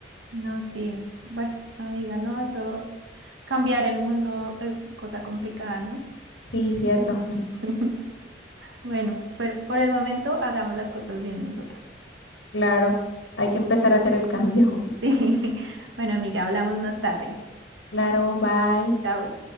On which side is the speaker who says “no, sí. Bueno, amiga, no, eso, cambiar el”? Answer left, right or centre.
Right